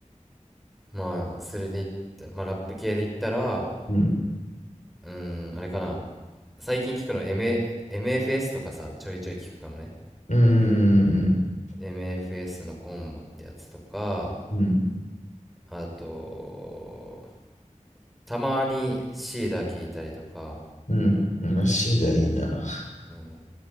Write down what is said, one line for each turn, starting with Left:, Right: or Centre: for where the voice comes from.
Centre: まあ、それで言ったら、まあ、ラップ系で言ったら、
Left: うん、
Centre: うん、あれかな。最近聞くのエムエー、m f s とかさ、ちょいちょい聞くかもね。
Left: うん、うん、
Centre: MFS のコンボってやつとか、
Left: う
Centre: あと、たまにシーダ聞いたりとか、
Left: ん、うん、足がいいな。
Centre: うん、